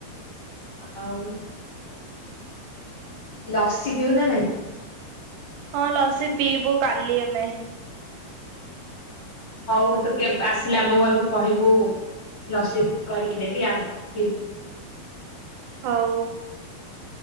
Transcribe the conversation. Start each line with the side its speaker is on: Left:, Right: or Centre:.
Left: ଆଉ ଲସି ପିଉ ନା ନାଇଁ?
Right: ହଁ ଲସି ପିଇବୁ କାଲି ଆମେ।
Left: ହଉ ତୁ କେବେ ଆସିଲା ଆମ ଘରକୁ କହିବୁ ଲସି କରିକି ଦେବି ଆଉ ପିଇବୁ।
Right: ହଉ।